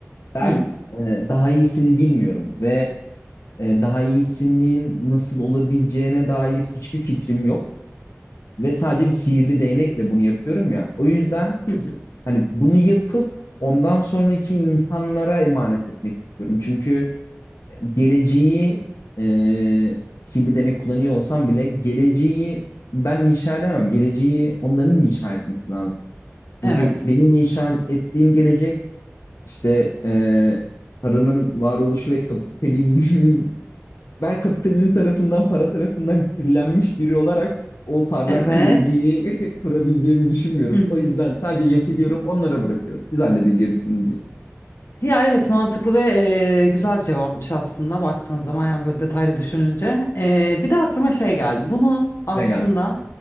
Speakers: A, on the left; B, on the left.
A: Ben
B: Hı.
A: e, daha iyisini bilmiyorum ve e, daha iyisinin nasıl olabileceğine dair hiçbir fikrim yok ve sadece bir sihirli değnekle bunu yapıyorum ya. O yüzden
B: Hı hı.
A: hani bunu yapıp ondan sonraki insanlara emanet etmek istiyorum. Çünkü geleceği e, sihirli değnek kullanıyor olsam bile geleceği ben inşa edemem. Geleceği onların inşa etmesi lazım.
B: Evet.
A: Çünkü benim inşa ettiğim gelecek işte e, paranın varoluşu ve kapitalizmin <laughs> ben kapitalizm tarafından para tarafından kirlenmiş biri olarak o parlak
B: Evet.
A: geleceği <laughs> kurabileceğimi düşünmüyorum.
B: <laughs>
A: O yüzden sadece yok ediyorum, onlara bırakıyorum. Siz halledin gerisini diye.
B: Ya evet mantıklı ve e, güzel bir cevapmış aslında baktığın zaman yani böyle detaylı düşününce. E, bir de aklıma şey geldi. Bunu aslında
A: Ne geldi?